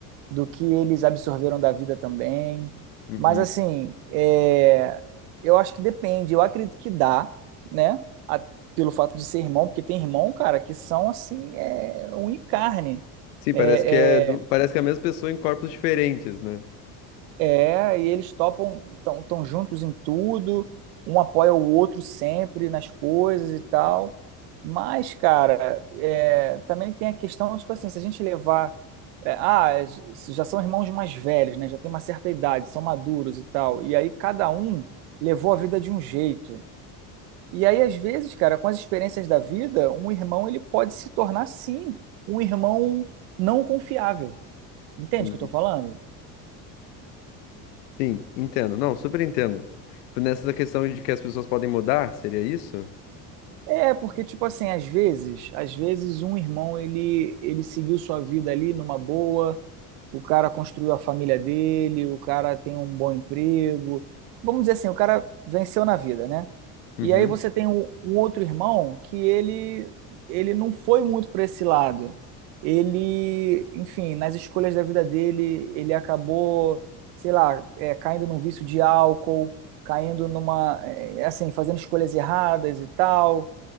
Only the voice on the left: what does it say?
Uhum.
Sim,
parece que é do...
parece que é a mesma pessoa em corpos diferentes, né?
Uhum.
Sim, entendo. Não, super entendo. Tipo, nessa questão de que as pessoas podem mudar, seria isso?
Uhum.